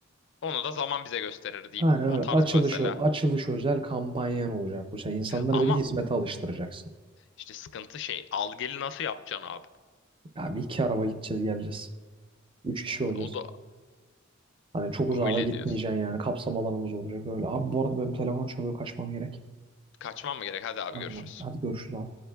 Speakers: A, on the left; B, on the right.
A: onu da zaman bize gösterir deyip
B: Aynen
A: o
B: öyle.
A: tarz
B: Açılış,
A: mesela.
B: açılış özel kampanyan olacak bu sene. İnsanları
A: Ama
B: bir de hizmete alıştıracaksın.
A: işte sıkıntı şey. Al geli nasıl yapacaksın abi?
B: Ya bir iki araba gideceğiz geleceğiz. Üç kişi olacağız.
A: O da
B: Hani çok uzağa
A: öyle
B: da gitmeyeceksin
A: diyorsun.
B: yani. Kapsam alanımız olacak öyle. Abi bu arada benim telefon çalıyor kaçmam gerek.
A: Kaçmam mı gerek? Hadi abi
B: Aynen.
A: görüşürüz.
B: Hadi görüşürüz abi.